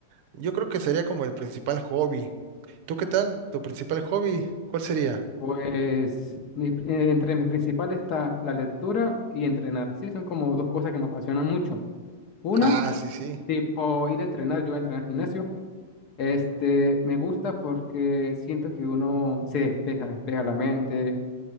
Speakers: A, on the right; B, on the left.
A: Yo creo que sería como el principal hobby. ¿Tú qué tal? ¿Tu principal hobby? ¿Cuál sería?
B: Pues mi- eh, entre mis principales está la lectura y entrenar. Sí, son como dos cosas que me apasionan mucho. Una,
A: Ah, sí, sí.
B: tipo ir a entrenar, yo voy a entrenar al gimnasio. Este, me gusta porque siento que uno se despeja, despeja la mente,